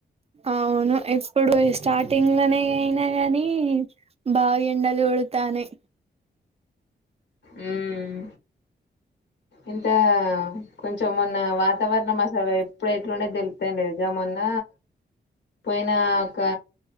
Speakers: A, on the right; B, on the left.
A: అవును ఎప్పుడు స్టార్టింగ్ లోనే అయినా గానీ బాగా ఎండలు కొడతాన్నాయి
B: మ్మ్ ఇంత కొంచెం మన్న వాతావరణం అసలు ఎప్పుడు ఎట్లుండే తెలుత్తలేదు కదా మొన్న పోయినా ఒక